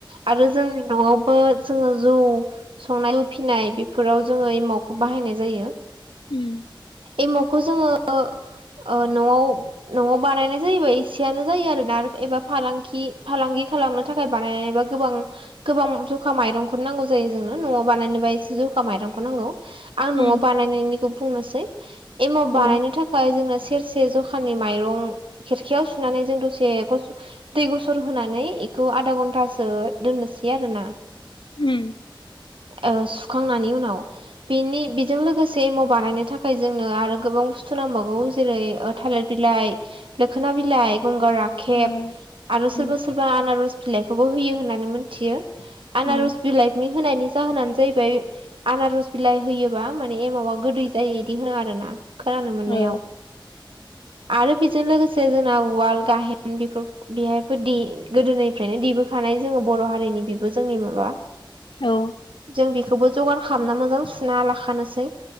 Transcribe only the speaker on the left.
उम
उम
औ उम
ओम
ओ
उम
उम
ओ औ
औ